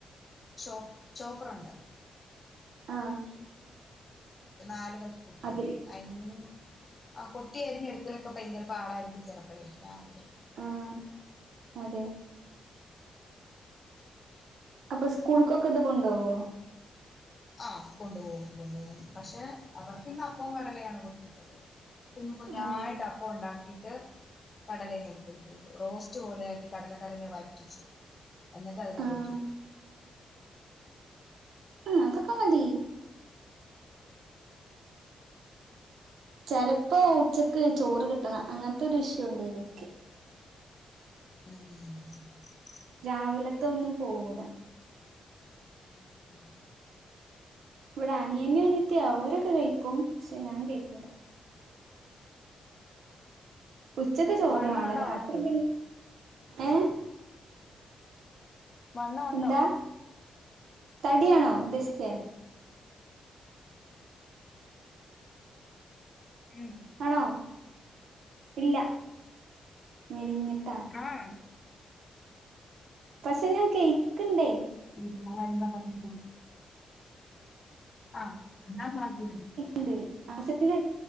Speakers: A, on the left; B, on the right.
A: ചോ ചോപ്പറുണ്ട്.
B: ആഹ്
A: നാല് പത്ത് കുട്ടൂട്ടും
B: അതിൽ
A: അരിൻ ആഹ് കൊത്തിയെരിഞ്ഞെടുക്കലൊക്കെ ഭയങ്കര പാടായിരിക്കും ചെലപ്പഴേ, രാവിലെ
B: ആഹ് അതെ അപ്പ സ്കൂൾക്കൊക്കെ ഇത് കൊണ്ടോവോ?
A: ആഹ് കൊണ്ട് പോവും കൊണ്ട് പോവും. പക്ഷെ അവർക്കിന്ന് അപ്പവും കടലയാണ് കൊടുത്ത് വിട്ടത്. കുഞ്ഞു കുഞ്ഞായിട്ട്
B: ആഹ്
A: അപ്പ ഉണ്ടാക്കീട്ട്. കടലയും കൊടു കൊടുത്ത വിട്ടു കടലേം കൊടുത്തു വിട്ടു. റോസ്റ്റ് പോലെയാക്കി കടലക്കറിനെ വറ്റിച്ച് എന്നിട്ട് അതിനെ
B: ആഹ്
A: കൊടുത്തു വിട്ടു.
B: ആഹ് അതൊക്കെ മതി. ചെലപ്പോ ഉച്ചക്ക് ചോറ് കിട്ടണം അങ്ങനത്തരു ഇശുണ്ടെനിക്
A: ആഹ്
B: രാവിലത്ത ഒന്നും പോവൂല.
A: ഉം
B: ഇവിടെ അനിയന് അനയത്തി അവരൊക്കെ കഴിക്കും. ക്ഷെ ഞാൻ കഴിക്കൂല. ഉച്ചക്ക് ചോറ്
A: വണ്ണം
B: വാണം
A: ഉണ്ടോ
B: രാത്രി
A: അവക്ക്
B: പിന്നെ, ഏ
A: വണ്ണം ഉണ്ടോ
B: എന്താ തടിയാണോ ഉദേശിചേ.
A: ഉം
B: ആണോ. ഇല്ല. മെലിഞ്ഞിട്ടാ.
A: ആഹ്.
B: പക്ഷെ ഞാൻ കയിക്ക്ണ്ടേ.
A: <unintelligible> ആഹ് ന്ന <unintelligible>
B: ണ്ട് ആവശ്യത്തിന്